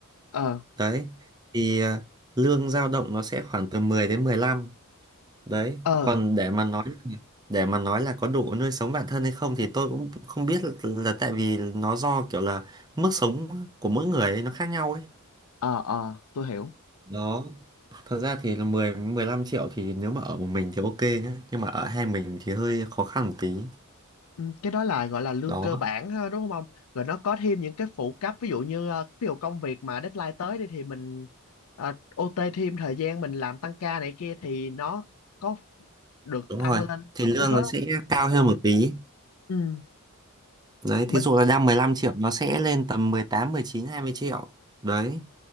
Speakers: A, on the left (about 75°); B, on the right (about 20°).
A: ờ
B: đấy thì ờ, lương dao động nó sẽ khoảng từ mười đến mười lăm đấy
A: ờ
B: còn để mà nói để mà nói là có đủ nuôi sống bản thân hay không thì tôi cũng không biết là, là tại vì nó do kiểu là mức sống của mỗi người ấy, nó khác nhau ấy
A: ờ ờ tôi hiểu
B: đó thật ra thì là mười mười 15 triệu thì nếu mà ở một mình thì ok nhá nhưng mà ở hai mình thì hơi khó khăn một tí
A: Ừ, cái đó là gọi là lương
B: đó
A: cơ bản ha đúng không ông rồi nó có thêm những cái phụ cấp ví dụ như ờ, ví dụ công việc mà deadline tới đi thì mình ờ, OT thêm thời gian mình làm tăng ca này kia thì nó có được
B: đúng
A: tăng
B: rồi
A: lên
B: thì
A: so
B: lương
A: với số
B: nó
A: đó
B: sẽ cao hơn một tí
A: ừ,
B: đấy
A: bình
B: thí dụ là đang 15 triệu nó sẽ lên tầm mười mười tám mười chín hai mươi triệu đấy